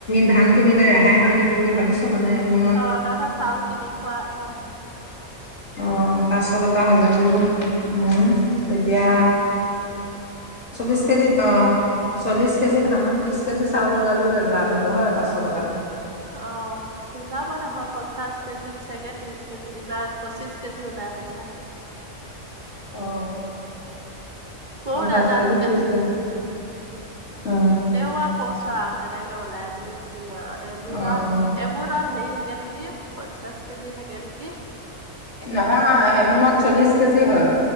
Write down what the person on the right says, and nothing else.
অ' তহঁতৰ চাউল কিনি খোৱা অ'
অ লাভ হয় পঞ্চাশ কেজিত চাগে ত্ৰিশ কেজি বা পঁচিশ কেজি ওলাই হ'বলা
ময়ো
নাজানো
তেওঁ আৰু কৈছো আৰু তেনেকে ওলাই বুলি শুনো আৰু এমোনাত
নত এমোনাত হেৰি থাকে থাকে নেকি পঞ্চাশ কেজি থাকে নেকি